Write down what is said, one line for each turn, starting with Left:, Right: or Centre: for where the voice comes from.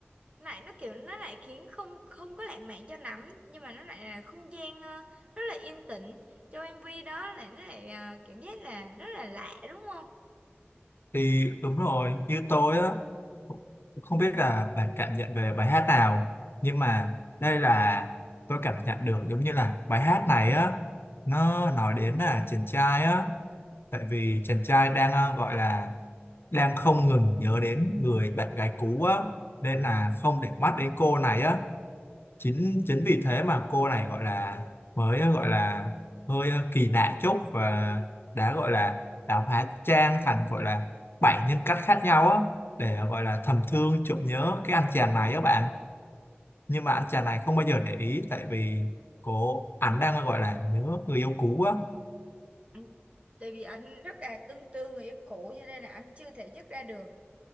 Right: lại nó kiểu nó lại khiến không không có lãng mạn cho lắm nhưng mà nó lại là không gian ờ, rất là yên tĩnh trong MV đó là nó lại ờ, cảm giác là rất là lạ đúng không
Left: Thì đúng rồi, như tôi á, không biết là bạn cảm nhận về bài hát nào, nhưng mà đây là tôi cảm nhận được giống như là bài hát này á, nó nói đến là chàng trai á, tại vì chàng trai đang ờ, gọi là đang không ngừng nhớ đến người bạn gái cũ á, nên là không để mắt đến cô này á, chính chính vì thế mà cô này gọi là mới gọi là hơi ờ, kỳ lạ chút và đã gọi là đã hóa trang thành gọi là bảy nhân cách khác nhau á để gọi là thầm thương trộm nhớ cái anh chàng này á bạn nhưng mà anh chàng này không bao giờ để ý tại vì cô ảnh đang gọi là nhớ người yêu cũ á
Right: Anh- tại vì anh rất là tương tư người yêu cũ cho nên là anh chưa thể dứt ra được